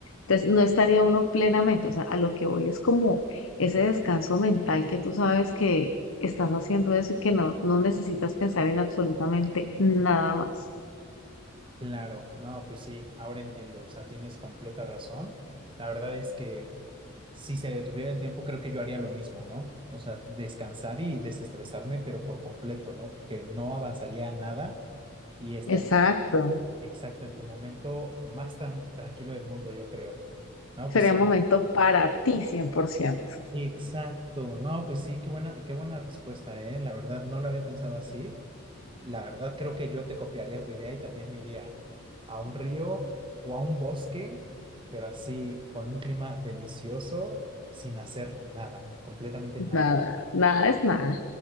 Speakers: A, on the left; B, on the right.
A: Entonces, no estaría uno plenamente, o sea, a lo que voy es como ese descanso mental que tú sabes que estás haciendo eso y que no, no necesitas pensar en absolutamente nada más.
B: Claro, no, pues sí, ahora entiendo. O sea, tienes completa razón. La verdad es que... si se detuviera el tiempo, creo que yo haría lo mismo, ¿no? O sea, descansar y desestresarme, pero por completo, ¿no? Porque no avanzaría nada y estaría
A: Exacto.
B: exacto en tu momento más tan tranquilo del mundo, yo creo. No, pues
A: Sería un momento para ti cien por ciento
B: exacto. No, pues sí, qué buena, qué buena respuesta, ¿eh? La verdad, no lo había pensado así. La verdad, creo que yo te copiaría tu idea y también me iría a un río o a un bosque, pero así, con un clima delicioso, sin hacer nada, completamente nada.
A: Nada, nada es nada.